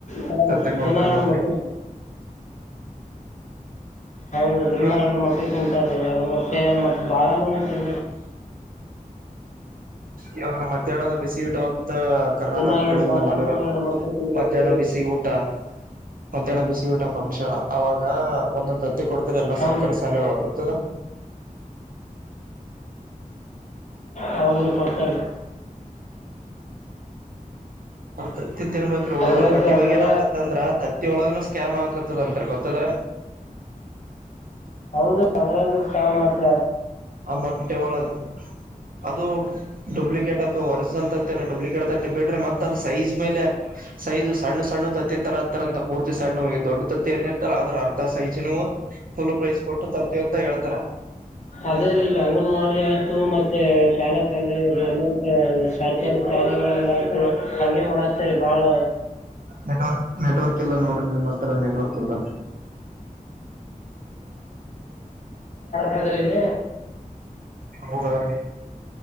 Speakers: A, on the left (about 55°); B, on the right (about 75°).
A: ಹಾಂ
B: ಸತ್ತೆ ಕೊಡ್ತಾರ
A: ದಿನ ಎರಡು
B: ಮತ್ರಿ
A: ಮೊಟ್ಟೆ ಹೌದುದನ್ನ
B: ಇವಾಗ
A: ಎರಡು ಮೊಟ್ಟೆ ತಿಂತಾರೀ ಎರಡು ಮೊಟ್ಟೆ ಮತ್ತೆ ಬಾಳ ತಿ
B: ಇವಾಗ ಮಧ್ಯಾಹ್ನದ ಬಿಸಿ ಇಟ್ಟುಂತ ಕರ್ನಾಟಕದ
A: ದಿನ ಎರಡು
B: ಕಡೆಯಿಂದ
A: ಬಾಳೆಹಣ್ಣು
B: ಮಾಡಿರಲ್ಲ
A: ಎರಡು ಮೊಟ್ಟೆ ತಿನ್ಬೇಕು
B: ಮಧ್ಯಾಹ್ನ
A: ರೀ
B: ಬಿಸಿ ಊಟ ಮತ್ತ್ಯಾಹ್್ಣ ಬಿಸಿ ಊಟ ಫಂಕ್ಷನ್ ಅವಾಗ ಒಂದೊಂದ್ ತತ್ತಿ ಕೊಡ್ತರಿ ಎಲ್ಲಾ
A: ಹೌದು
B: ಸರ್ಕಾರಿ
A: ರೀ
B: ಸಾಲಿ ಒಳ ಗೊತ್ತದ
A: ಹೌದ್ರಿ ಕೊಡ್ತಾರೀ
B: ತತ್ತಿ ತಿನ್ಬೇಕ್ರ ಹುಡುಗರು
A: ಕೊಡ್ಬೇಕ್ರಿ
B: ಬಟ್ ಇವಾಗ
A: ಅಂದ್ರ
B: ಏನಕತ್ತಂದ್ರ ತತ್ತಿ ಒಳಗ ಕ್ಯಾಮ್ ಹಾಕತದ <unintelligible> ಅಂತ ಗೊತ್ತದ
A: ಹೌದು ಅದ್ರು ಸ ಮಾಡ್ತ
B: ಆ ಮೊಟ್ಟೆ ಒಳಗೆ ಅದು ಡೂಪ್ಲಿಕೇಟ್ ಅಥವಾ ಒರಿಜಿನಲ್ ತತ್ತನ ಡೂಪ್ಲಿಕ ಕೆಡತೈತೆ ಬಿಡ್ರಿ ಮತ್ತತ್ದ್ ಸೈಜ್ ಮೇಲೆ ಸೈಜು ಸಣ್ಣ ಸಣ್ಣ ತತ್ತಿ ತರ ಹತ್ತರ ಅಂತ ಪೂರ್ತಿ ಸಣ್ಣ ದೊಡ್ಡ ತತ್ತಿ ಅಏ ಲ್ಲ ಅದ್ರ ಅರ್ಧ ಸೈಜ್ನು ಫುಲ್ ಪ್ರೈಜ್ ಕೊಟ್ಟು ತರ್ತಿೀವ ಅಂತ ಹೇಳ್ತಾರ
A: ಅದೇ ರೀ ಇಲ್ಲಿ ಅಂಗನವಾಡಿ ಆಯ್ತು ಮತ್ತೆ ಶಾಲಾ ಕಾಲ ಗೋರ್ಮೆಂಟ್ ಸರ್ಕಾರಿ ಶಾಲೆಗಳೆಲ್ಲ ಹಾಗಗೆ ಮಾಡ ಹತರಿ ಬಾಳ
B: ನೆಟ್ವರ್ಕ್ ನೆಟ್ವರ್ಕ್ ಎಲ್ಲ ನೋಡ್ರಿ ನಿಮ್ಮ ಹತ್ರ ನೆಟ್ವರ್ಕ್ ಎಲ್ಲ
A: ಮೊದಲಲ್ಲ
B: ಹೌದ್ರೀ